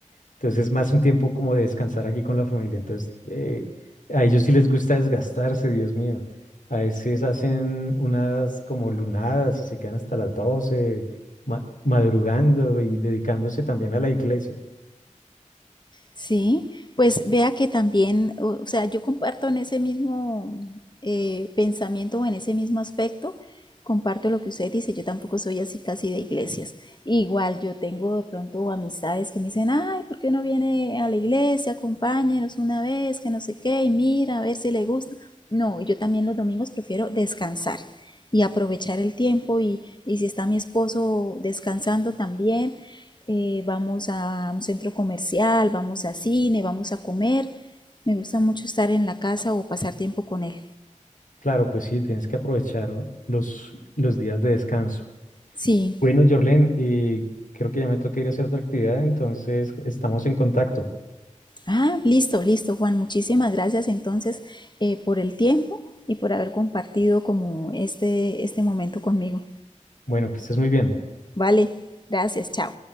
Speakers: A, on the left (about 85°); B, on the left (about 35°).
A: Entonces es más un tiempo como de descansar aquí con la familia. Entonces eh, a ellos sí les gusta desgastarse, Dios mío. A veces hacen unas como lunadas y se quedan hasta las doce ma- madrugando y dedicándose también a la iglesia.
B: Sí, pues vea que también, o o sea, yo comparto en ese mismo eh, pensamiento o en ese mismo aspecto, comparto lo que usted dice, yo tampoco soy así casi de iglesias. Igual yo tengo de pronto amistades que me dicen, ay, ¿por qué no viene a la iglesia? Acompáñenos una vez, que no sé qué, y mira, a ver si le gusta. No, yo también los domingos prefiero descansar y aprovechar el tiempo y, y si está mi esposo descansando también eh, vamos a un centro comercial, vamos a cine, vamos a comer. Me gusta mucho estar en la casa o pasar tiempo con él.
A: Claro, pues sí, tienes que aprovechar los, los días de descanso.
B: Sí.
A: Bueno, Jorlen, y creo que ya me toca ir a hacer otra actividad, entonces estamos en contacto.
B: Ah, listo, listo, Juan. Muchísimas gracias entonces eh, por el tiempo y por haber compartido como este, este momento conmigo.
A: Bueno, que estés muy bien.
B: Vale, gracias, chao.